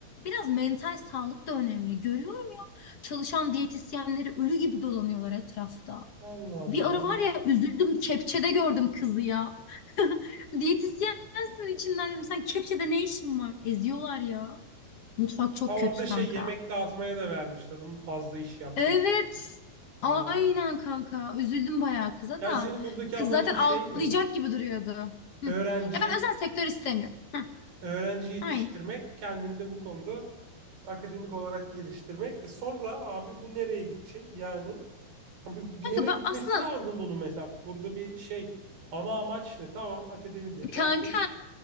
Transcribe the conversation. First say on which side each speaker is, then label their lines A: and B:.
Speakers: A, on the left (about 50°); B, on the right (about 70°).
A: Biraz mental sağlık da önemli. Görüyorum ya çalışan diyetisyenleri ölü gibi dolanıyorlar etrafta.
B: Allah Allah
A: Bir ara var
B: evet.
A: ya üzüldüm kepçede gördüm kızı ya. <laughs> Diyetisyensin içinden dedim sen kepçede ne işin var? Eziyorlar ya. Mutfak çok
B: Ha
A: kötü
B: orada
A: kanka.
B: şey yemek dağıtmaya da vermişler. Onu fazla iş yaptırım.
A: Evet. Aynen
B: Ha.
A: kanka. Üzüldüm bayağı kıza
B: Yani
A: da.
B: senin buradaki
A: Kız
B: amacın
A: zaten
B: şey
A: ağlayacak
B: mi?
A: gibi duruyordu.
B: Öğrenci
A: Hı. Ya ben özel sektör istemiyorum. Hı.
B: öğrenci yetiştirmek,
A: Aynen.
B: kendini de bu konuda akademik olarak geliştirmek. E sonra abi bu nereye gidecek? Yani Bir, bir
A: Kanka
B: yere
A: ben
B: gitmesi
A: aslında
B: lazım bunun mesela. Burada bir şey ana amaç ne? Tamam akademide
A: kanka
B: oldun.